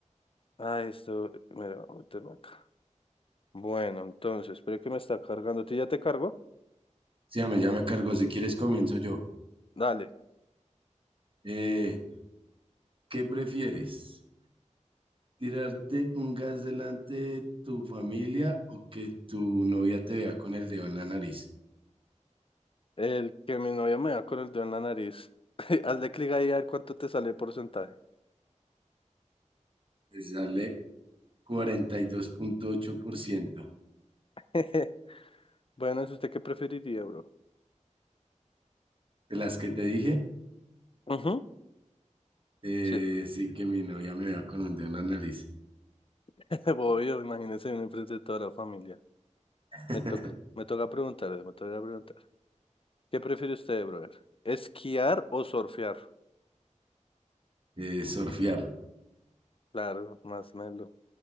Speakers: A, on the left; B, on the right.
A: Ah, esto, mira, voy a meterme acá. Bueno, entonces, espere que me está cargando. ¿Tú ya te cargo?
B: Sí, ya me, ya me cargo. Si quieres, comienzo yo.
A: Dale.
B: Eh, ¿qué prefieres? ¿Tirarte un gas delante de tu familia o que tu novia te vea con el dedo en la nariz?
A: El que mi novia me da con el dedo en la nariz. <laughs> Hazle clic ahí a ver cuánto te sale el porcentaje.
B: Te sale cuarenta y dos punto ocho por ciento
A: <laughs> Bueno, ¿es usted qué preferiría, bro?
B: De las que te dije,
A: Ujú,
B: eh,
A: Sí.
B: sí que mi novia me vea con un dedo en la nariz.
A: <laughs> Obvio, imagínese uno enfrente de toda la familia.
B: <laughs>
A: Me toca, me toca preguntarle, me toca preguntar. ¿Qué prefiere usted, brother? ¿Esquiar o surfear?
B: Eh, surfear.
A: Claro, más melo.